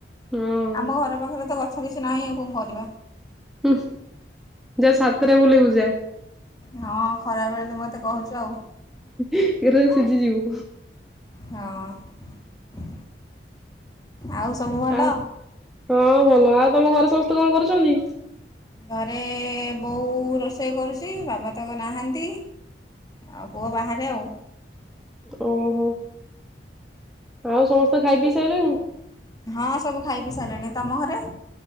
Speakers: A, in the centre; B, on the left.
A: ହଁ
B: ଆମ ଘର ପାଖରେ ତ ଗଛ କିଛି ନାହିଁ ଆଉ କଣ କରିବା।
A: ହୁ ଯା ଛାତରେ ବୁଲିବୁ ଯା।
B: ହଁ ଖରା ବେଳେ ତୁ ମୋତେ କହୁଛୁ ଆଉ।
A: ଏକାଥରେ ସିଝିଯିବୁ।
B: ହଁ। ଆଉ ସବୁ ଭଲ?
A: ଆଉ ହଁ ଭଲ। ଆଉ ତମ ଘରେ ସମସ୍ତେ କଣ କରୁଛନ୍ତି?
B: ଘରେ ବୋଉ ରୋଷେଇ କରୁଛି, ବାବା ତ ନାହାନ୍ତି। ଆଉ ପୁଅ ବାହାରେ ଆଉ।
A: ଓହୋ, ଆଉ ସମସ୍ତେ ଖାଇ ପି ସାଇଲେଣି?
B: ହଁ ସବୁ ଖାଇ ପି ସାଇଲେଣି। ତମ ଘରେ?